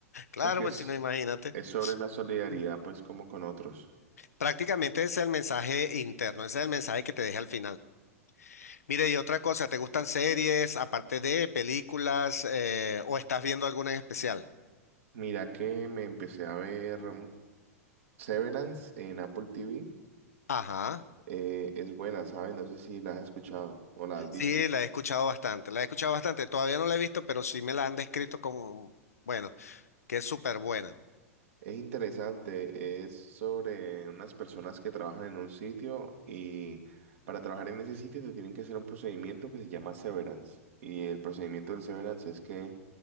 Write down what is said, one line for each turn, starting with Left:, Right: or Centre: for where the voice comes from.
Left: claro,
Right: O sea que
Left: pues
Right: es,
Left: si no, imagínate.
Right: es sobre la solidaridad,
Left: Mm.
Right: pues, como con otros.
Left: Prácticamente ese es el mensaje interno, ese es el mensaje que te deja al final. Mire, y otra cosa, ¿te gustan series, aparte de películas, eh, o estás viendo alguna en especial?
Right: Mira que me empecé a ver mm, Severance en Apple TV.
Left: Ajá.
Right: Eh, es buena, ¿sabes? No sé si la has escuchado o la has visto.
Left: Sí, la he escuchado bastante, la he escuchado bastante. Todavía no la he visto, pero sí me la han descrito como, bueno, que es súper buena.
Right: Es interesante, es sobre unas personas que trabajan en un sitio y para trabajar en ese sitio te tienen que hacer un procedimiento que se llama severance. Y el procedimiento del severance es que